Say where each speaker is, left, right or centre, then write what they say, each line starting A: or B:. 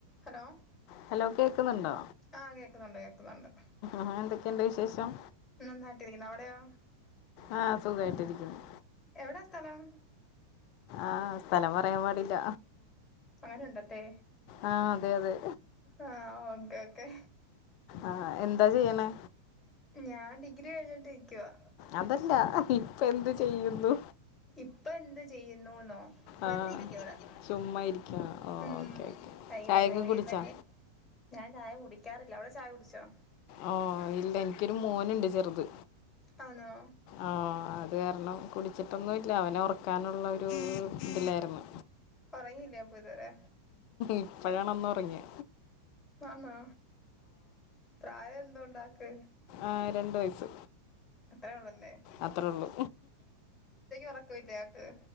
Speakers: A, on the left (about 15°); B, on the left (about 45°).
A: Hello
B: hello കേൾക്കുന്നുണ്ടോ
A: ആ കേക്കുന്നുണ്ട് കേക്കുന്നുണ്ട്
B: ആ എന്തൊക്കെണ്ട് വിശേഷം
A: നന്നായിട്ടിയിരിക്കുന്ന് അവിടെയോ
B: ആഹ് സുഖായിട്ടിരിക്കുന്നു
A: എവടാസ്ഥലം
B: ആഹ് സ്ഥലം പറയാൻ പാടില്ല
A: അങ്ങനെ ഉണ്ടട്ടെ
B: ആ അതെ അതെ
A: ആ ഒക്കെ ഒക്കെ
B: ആഹ് എന്താ ചെയ്യണേ
A: ഞാൻ ഡിഗ്രി കഴിഞ്ഞിട്ട് ഇരിക്യുവാ
B: അതല്ല ഇപ്പം എന്ത് ചെയ്യുന്നു
A: ഇപ്പൊ എന്ത് ചെയ്യുന്നുന്നോ വെറുതെ
B: ആ
A: ഇരിക്യാ ഇവിടെ
B: ചുമ്മാ ഇരിക്യാ
A: ഉം
B: ഓക്കെ ഓക്കെ
A: വൈകുന്നേരം
B: ചായയൊക്കെ
A: ജോലിയില്ലെങ്കിൽ
B: കുടിച്ചോ
A: ഞാൻ ചായ കുടിക്ക്യാറില്ല അവിടെ ചായ കുടിച്ചോ
B: ഓ ഇല്ല എനിക്കൊരു മോനുണ്ട് ചെറ്ത്
A: അണോ
B: ആ അത് കാരണം കുടിച്ചിട്ടൊന്നും ഇല്ല അവനെ ഒറക്കാനുള്ളരു ഇതിലായിരുന്നു
A: ഒറങ്ങിയില്ലേ അപ്പം ഇത് വരെ
B: ഇപ്പഴാണ് ഒന്ന് ഒറങ്യേ
A: ആന്നാ പ്രായം എന്തോ ഉണ്ടാക്ക്
B: ആഹ് രണ്ട് വയസ്സ്
A: അത്രേ ഒള്ളൂ അല്ലെ
B: അത്ര ഒള്ളു
A: ഉറക്കമില്ലേ ആക്ക്